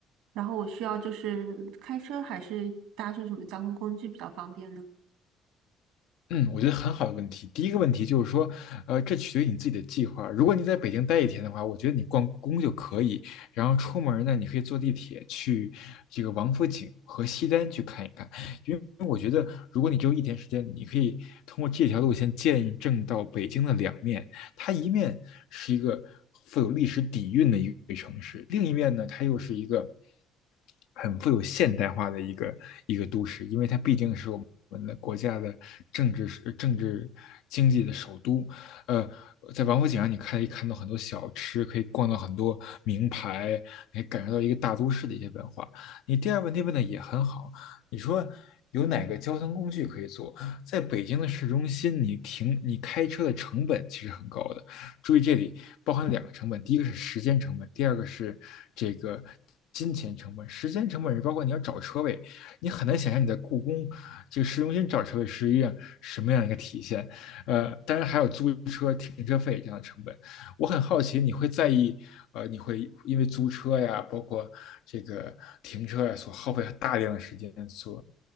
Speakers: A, on the right; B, on the left.
A: 然后我需要就是开车还是搭乘什么交通工具比较方便呢？
B: 嗯，我觉得很好的问题。第一个问题就是说，呃，这取决于你自己的计划。如果你在北京待一天的话，我觉得你逛故宫就可以，然后出门呢，你可以坐地铁去这个王府井和西单去看一看。因为我觉得，如果你只有一天时间，你可以通过这条路线见证到北京的两面。它一面是一个富有历史底蕴的一个城市，另一面呢，它又是一个很富有现代化的一个一个都市，因为它毕竟是我们的国家的政治政治经济的首都。呃，在王府井上，你可以看到很多小吃，可以逛到很多名牌，也可以感受到一个大都市的一些文化。你第二个问题问的也很好，你说有哪个交通工具可以坐？在北京的市中心，你停你开车的成本其实很高的，注意，这里包含两个成本，第一个是时间成本，第二个是这个金钱成本。时间成本是包括你要找车位，你很难想象你在故宫这个市中心找车位是一样什么样一个体现。呃，当然还有租车、停车费这样的成本。我很好奇，你会在意呃，你会因为租车呀，包括这个停车呀，所耗费大量的时间，所